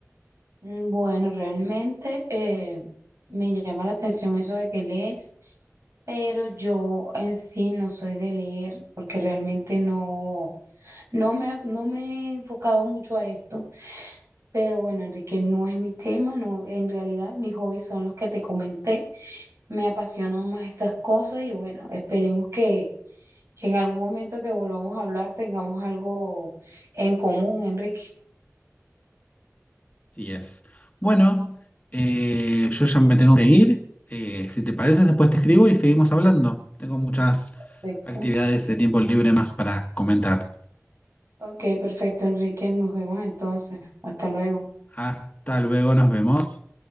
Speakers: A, on the right (about 60°); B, on the left (about 30°).
A: Mm, Bueno, realmente eh, me llama la atención eso de que lees, pero yo en sí no soy de leer porque realmente no, no me, ha- no me he enfocado mucho a esto. Pero bueno, Enrique, no es mi tema, no, en realidad mis hobbies son los que te comenté. me apasionan más estas cosas y bueno, esperemos que, que en algún momento que volvamos a hablar tengamos algo en común, Enrique.
B: Sí es. Bueno, eh, yo ya me tengo que ir. Eh, si te parece, después te escribo y seguimos hablando. Tengo muchas
A: Perfecto.
B: actividades de tiempo libre más para comentar.
A: Ok, perfecto, Enrique. Nos vemos entonces. Hasta luego.
B: Hasta luego, nos vemos.